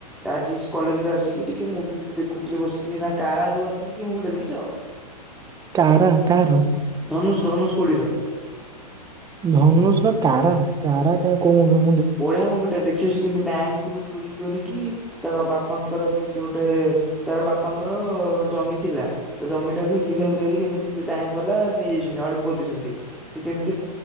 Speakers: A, in the centre; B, on the right.
A: ଆଜି ସ କଲେଜ ରୁ ଆସିକି ଟିକେ ମୁଭି ମୁଁ ଦେଖୁଥିଲି ବସିକି ଏଇନା କାରା ଯୋଉ ଆସିନି ମୁଭି ଟା କି ଦେଖିଛ?
B: କାରା କାହାର?
A: ଧନୁଷ ଧନୁଷ କୋଡ଼ିର।
B: ଧନୁଷ ର କାରା କାରା କାଇଁ କୋଉ ମୁଭି ମୁ
A: ବଢିଆ ମୁଭି ଟା ଦେଖି ଦେଖିବ ସେ କେମିତି ବ୍ୟାଙ୍କ ରୁ ଚୋରି କରିକି ତା ବାପାଙ୍କର କେମିତି ଗୋଟେ ତାର ବାପାଙ୍କର ଅ ଜମି ଥିଲା ତ ଜମି ତାକୁ ଇଲିଗାଲ
B: ହୁଁ
A: ୱଏରେ କେମିତି ବ୍ୟାଙ୍କ ବାଲା ନେଇଯାଇଛନ୍ତି ହଡ଼ପ କରିଦଉଛନ୍ତି ସେ କେମତି